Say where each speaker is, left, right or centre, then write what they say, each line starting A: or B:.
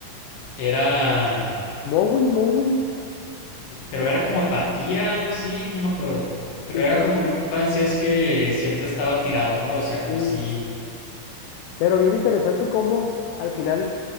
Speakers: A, on the left; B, on the left.
A: Era...
B: Mowi, Mowi.
A: pero era como apatía, algo así, no me acuerdo.
B: Sí,
A: Pero era
B: pero
A: como un francés que siempre estaba tirado, ¿no? O sea, como
B: sí,
A: así.
B: pero bien interesante cómo al final,